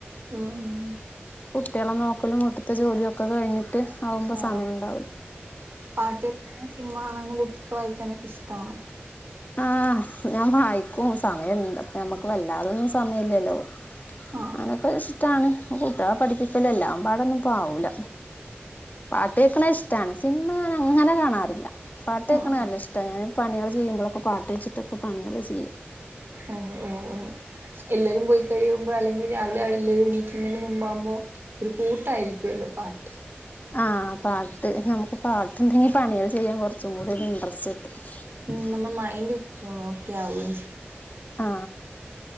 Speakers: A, on the right; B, on the left.
A: ഉം ഉം
B: കുട്ടികളെ നോക്കലും വീട്ടിത്ത ജോലിയൊക്കെ കഴിഞ്ഞിട്ട് ആവുമ്പോ
A: ഓ
B: സമയം ഉണ്ടാവലോ
A: <unintelligible> <unintelligible> ബുക്കൊക്കെ വായിക്കാൻ ഇഷ്ടണ്
B: ആ ഞാൻ വായിക്കും സമയണ്ട് അപ്പ നമ്മക്ക് വല്ലാതൊന്നും സമയ ഇല്ലല്ലോ
A: ആ
B: അനൊക്കെ ഇഷ്ടാണ് കുട്ടികളെ പഠിപ്പിക്കലും എല്ലാം പാടൊന്നും പ്പവൂല്ല പാട്ടേക്ക്ണത് ഇഷടാണ് സിനിമ ഞാന് അങ്ങനെ കാണാറില്ല ല്ല പാട്ട് കേൾക്കണേ
A: ആ
B: നല്ല ഇഷ്ട്ട ഇങ്ങനെ പണികൾ ചെയുമ്പളൊക്കേ പാട്ട് വെച്ചിട്ട് പണികൾ ചെ
A: ഉം ഉം ഉം എല്ലാവരും പോയി കഴിയുമ്പോൾ അല്ലകിൽ രാവിലെ അവരെ എല്ലാവരും എനിക്കത്തിന് മുൻ മമ്മു ഒരു ക്യൂട്ട് ആയിരിക്കലോ പാട്ട്
B: ആ പാട്ട് പാട്ടിണ്ടാകില്ലേ പണികളെ ചെയാന്നെ കുറച്ചേകു കുടി ഇൻട്രസ്റ്റ് കിട്ടും
A: ഉം നമ്മ <unintelligible>
B: ആ